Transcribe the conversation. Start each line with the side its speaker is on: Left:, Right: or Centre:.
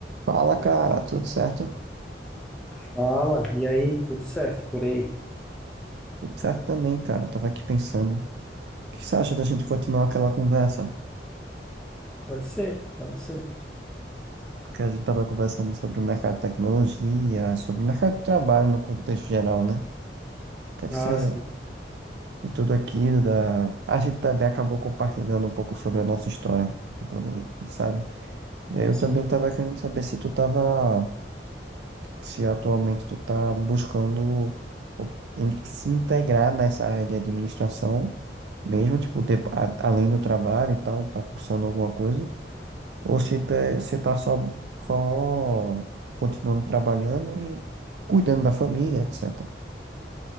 Right: Fala, cara, tudo certo?
Centre: Fala, e aí? Tudo certo por aí?
Right: Tudo certo também, cara. Tava aqui pensando. O que você acha da gente continuar aquela conversa?
Centre: Pode ser, pode ser.
Right: Que a gente tava conversando sobre o mercado de tecnologia, sobre o mercado de trabalho no contexto geral, né? O que é
Centre: Ah,
Right: que você,
Centre: sim,
Right: de tudo aquilo, da... a gente também acabou compartilhando um pouco sobre a nossa história, quando a gente- sabe? E aí eu
Centre: sim.
Right: também tava querendo saber se tu tava, se atualmente tu tá buscando o- em- se integrar nessa área de administração Mesmo, tipo, ter, a- além do trabalho e tal, tá cursando alguma coisa? Ou se tá, você tá só, só continuando trabalhando e cuidando da família, etc.